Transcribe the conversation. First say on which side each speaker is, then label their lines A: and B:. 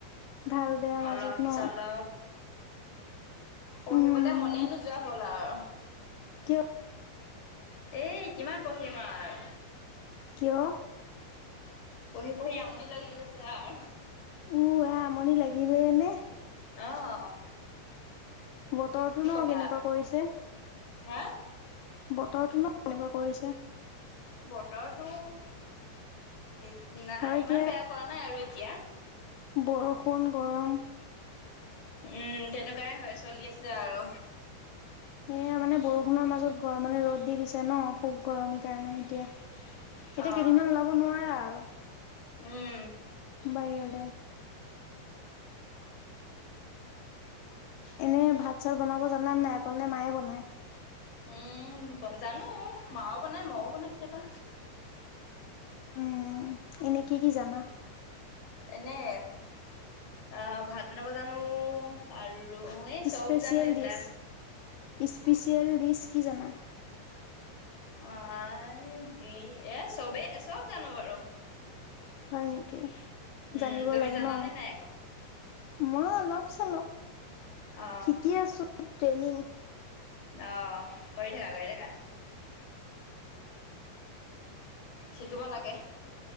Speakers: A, on the left; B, on the left.
A: ভাল বেয়া মাজত
B: অলপ-
A: ন
B: চলপ। পঢ়িবলে
A: উম
B: মনে নোযোৱা হ'ল আও।
A: কিয়
B: এ'কিমান পঢ়িম আৰু।
A: কিয়?
B: পঢ়ি- পঢ়ি আমনি লাগি গৈছে আৰ।
A: উহ, ৰা আমনি লাগিলেই নে?
B: অহ',
A: বতৰতো
B: কি
A: ন'
B: কবা
A: কেনেকুৱা
B: আৰু
A: কৰিছে।
B: হা
A: বতৰটো ন'কেনেকুৱা কৰিছে।
B: বতৰটো এত নাই
A: হয়
B: ইমান
A: দিয়া।
B: বেয়া কৰা নাই আৰু দিয়া।
A: বৰষুণ, গৰম।
B: উম, তেনেকুৱাই হয় চলি আছে আৰু।
A: এয়া মানে বৰষুণৰ মাজত গৰম মানে ৰ'দ দি দিছে ন' খুব গৰম এইকাৰণে এতিয়া। এতিয়া
B: অ
A: কেইদিনমান ওলাব নোৱাৰা আৰু।
B: উম
A: বাহিৰলে এনে ভাত চাত বনাব জানা নাই নে অকলে মায়ে বনায়
B: উম ব জানো মাও বনাই মইও বনাও কেতিয়াবা
A: উম, এনে কি কি জানা
B: এনে অ ভাত বনাব জানো আৰু অ এই চব
A: স্পেচিয়েল
B: জানো এইবিলাক
A: ডিছ স্পেচিয়েল দিছ কি জানা
B: আ যি এ চবেই চব জানো বাৰু
A: হয় নেকি
B: উম
A: জানিব
B: তুমি
A: লাগে
B: জানানে
A: ন
B: নাই আকৌ
A: মই অলপ চলপ
B: অ
A: শিকি আছো ট্ৰেইনিং
B: আহ কৰি থাকা কৰি থাকা শিকিব লাগে